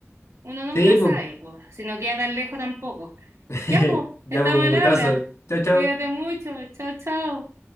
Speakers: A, on the right; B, on the left.
A: Uno nunca
B: Sí,
A: sabe,
B: pues.
A: pues, si no queda tan lejos tampoco.
B: <laughs>
A: Ya, pues,
B: Ya,
A: estamos
B: pues, un
A: al
B: gustazo.
A: habla.
B: Chao, chao.
A: Cuídate mucho. Chao, chao.